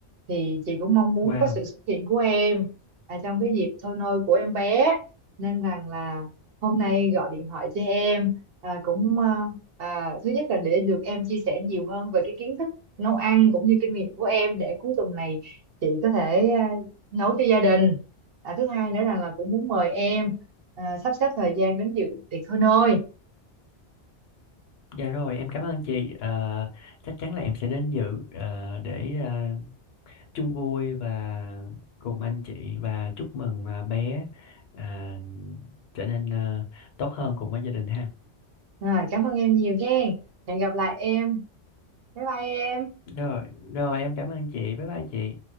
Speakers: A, on the right (about 60°); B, on the left (about 65°).
A: thì chị cũng mong muốn
B: Wow.
A: có sự xuất hiện của em à, trong cái dịp thôi nôi của em bé nên rằng là hôm nay gọi điện thoại cho em à, cũng à, à, thứ nhất là để được em chia sẻ nhiều hơn về cái kiến thức nấu ăn cũng như kinh nghiệm của em để cuối tuần này chị có thể à, nấu cho gia đình à, thứ hai nữa rằng là cũng muốn mời em à, sắp xếp thời gian đến dự tiệc thôi nôi.
B: Dạ rồi, em cảm ơn chị. Ờ, chắc chắn là em sẽ đến dự ờ, để ờ, chung vui và cùng anh chị và chúc mừng à, bé à, trở nên à, tốt hơn cùng với gia đình ha.
A: Rồi, cảm ơn em nhiều nghe. Hẹn gặp lại em. Bye bye em.
B: Rồi, rồi em cảm ơn chị. Bye bye chị.